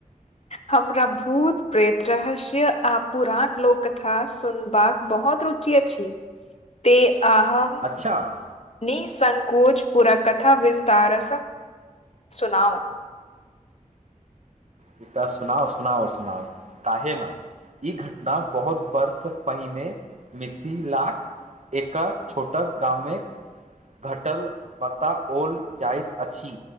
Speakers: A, on the left; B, on the right.
A: हमरा भूत प्रेत रहस्य आ पुरान लोक कथा सुनबाक बहुत रुचि अछी ते अहम
B: अच्छा
A: नी संकोच पुरा कथा विस्तारसँ सुनाओ
B: वि सुना सुनाहो सुनाओ काहे न ई घटना बहुत वर्ष पहिने मिथिलाक एका छोटा गामेक घटल बताओल जाइत अछि